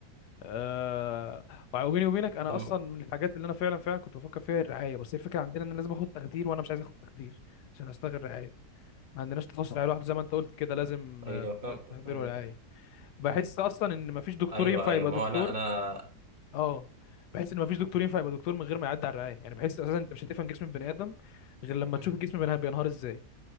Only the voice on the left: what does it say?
أه وبيني وبينك انا
اصلا من الحاجات اللي انا فعلا فعلا كنت بفكر فيها هي الرعايه بس هي الفكره عندنا ان أنا لازم اخد تخدير وانا مش عايز اخد تخدير عشان اشتغل رعايه ما عندناش تخصص رعايه لوحده زي ما انت قلت كده لازم
آه،
تخدير
ورعايه
بحس
اصلا ان مفيش دكتور
ينفع
يبقى
دكتور
اه بحس ان مفيش دكتور ينفع يبقى دكتور من غير ما يعدي على الرعايه يعني بحس اساسا انت مش هتفهم جسم البني ادم غير لما تشوف
الجسم بنها- بينهار ازاي